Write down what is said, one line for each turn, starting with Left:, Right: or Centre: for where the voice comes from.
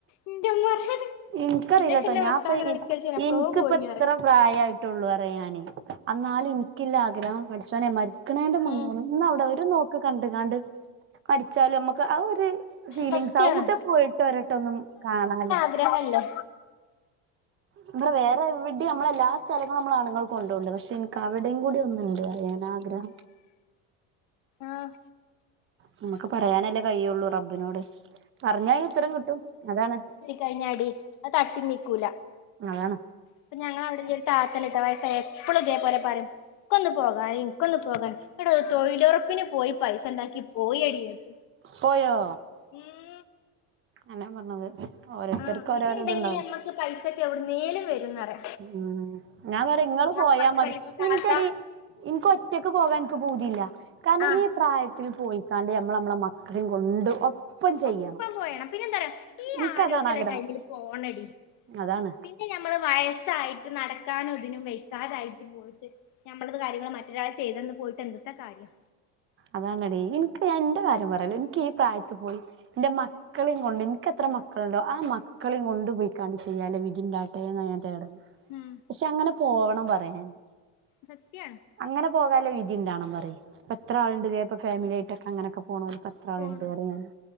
Left: എന്റെ ഉമ്മ പറയാണ്
Right: എനിക്കറിയില്ലട്ടോ
Left: ഇന്നൊക്കെ ഇന്റെ
Right: ഞാഇപ്പ
Left: മക്കളങ്ങനെ
Right: എനി
Left: വിളിക്കലിച്ച് ഞാൻ എപ്പളോ
Right: എനിക്ക്
Left: പോയിന്
Right: ഇപ്പ ഇത്ര
Left: പറയും
Right: പ്രായയിട്ടുള്ളു പറയാനേ ആന്നാലും എനിക്കില്ല ആഗ്രഹം പഠിച്ചോനെ മരി ക്കന്നെന്റെ മുന്നെ
Left: ഉം
Right: ഒന്ന് അവിടെ അവര് നോക്ക് കണ്ട് കാണ്ട് മരിച്ചാലും നമ്മുക്ക് ആ ഒര് ഫീലിങ്സവിടെ
Left: സത്യാണ്
Right: പോയിട്ട് വരട്ടെ ഒന്നും കാണാല്ലോ
Left: ആഗ്രഹ ഇല്ലാ
Right: ഇവിടെ വേറെവി ട്ടി നമ്മളെല്ലാ സ്ഥലങ്ങളും നമ്മൾ ആണുങ്ങൾ കൊണ്ടോണ്ട് പക്ഷെ എനിക്ക് അവിടെേയും കൂടി ഒന്നുണ്ട് പറയാൻ ആഗ്രഹം
Left: ആഹ്
Right: നമുക്ക് പറയാനല്ലേ കഴിയുള്ളൂ റബ്ബിനോട് പറഞ്ഞാൽ അയിന് ഉത്തരം കിട്ടും അതാണ്
Left: കഴിഞ്ഞാടി അത് തട്ടി നീക്കൂല
Right: അതാണ്
Left: അപ്പ ഞൾ അവിടെല്യ ഒരു താത്തല്ലിട്ട വയസ എപ്പളും ഇതെ പോലെ പറം ഇക്കൊന്ന് പോകാ എനിക്കൊന്ന് പോകാൻ കേട്ടാ തൊഴിലുറപ്പിന് പോയി പൈസ ഉണ്ടാക്കി പോയെടി ആത്
Right: പോയൊ
Left: ഉം
Right: എല്ലാം പറഞ്ഞത് ഓരോരുത്തർക്ക്
Left: ആ
Right: ഓരോരോ
Left: ഇത് ഇണ്ടെങ്കിൽ
Right: ഇതുണ്ടാവല്ലോ
Left: നമ്മക്ക് പൈസക്കെ എവിടുന്നേലും വരുന്നറേ
Right: ഉം ഞാൻ പറെ ഇങ്ങള് പോയാ
Left: അപ്പറത്തെ
Right: മതി
Left: പെരേത്തെ താത്ത
Right: ഇനിക്കടി എനിക്ക് ഒറ്റക്ക് പോകാ എക്ക് പൂതിയില്ല കാരണം
Left: ആഹ്
Right: ഈ പ്രായത്തിൽ പോയി കാണ്ട് നമ്മൾ നമ്മളെ മക്കളെയും കൊണ്ട് ഒപ്പം ചെയ്യണം
Left: ഒപ്പം പോയണം പിന്നെ എന്താ പറയാ ഈ
Right: ഇൻക്കതാണ്
Left: ആരോഗ്യഉള്ള
Right: ആഗ്രഹം
Left: ടൈമില് പോണടി
Right: അതാണ്
Left: പി ന്നെ നമ്മള് വയസ്സായിട്ട് നടക്കാനും ഇതിനും വെക്കാതായിട്ട് പോയിട്ട് ഞമ്മളത് കാര്യങ്ങൾ മറ്റൊരാൾ ചെയ്തെന്ന് പോയിട്ട് എന്തുട്ട കാര്യം
Right: അതാനടി എനിക്ക്ഞാ എന്റെ കാര്യം പറയാലോ എനിക്ക് ഈ പ്രായത്തിൽ പോയി എന്റെ മ മക്കളേം കൊണ്ട് എനിക്കത്ര മക്കളുണ്ടോ ആ മക്കളേം കൊണ്ട് പോയിക്കണ്ട് ചെയ്യാല് വിതിണ്ടാട്ടെ എന്നാ ഞാൻ തേടല്ല്
Left: ഉം
Right: പക്ഷെ അങ്ങനെ പോണം പറയാന്
Left: സത്യാണ്.
Right: അങ്ങനെ പോകാലെ വിധി ഇണ്ടാവണം പറ്യെ. എത്ര ആള്ണ്ട്ലേ ഇപ്പ ഫേമിലി ആയിട്ടൊക്കെ അങ്ങനൊക്കെ പോണോല്. ഇപെത്ര ആള്ണ്ട്
Left: പോണു
Right: അറ്യ ഞാന്